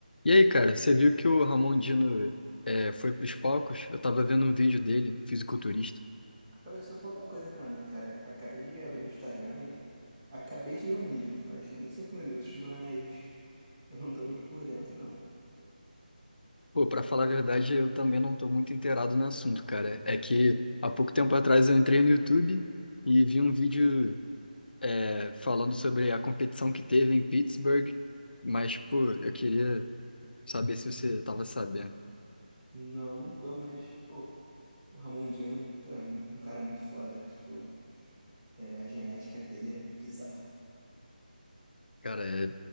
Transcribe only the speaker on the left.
E aí, cara, você viu que o Ramon Dino é, foi pros palcos? Eu tava vendo um vídeo dele, fisiculturista.
Pô, pra falar a verdade, eu também não tô muito inteirado no assunto, cara. É que há pouco tempo atrás eu entrei no YouTube e vi um vídeo é, falando sobre a competição que teve em Pittsburgh, mas, pô, eu queria saber se você tava sabendo.
Cara, é,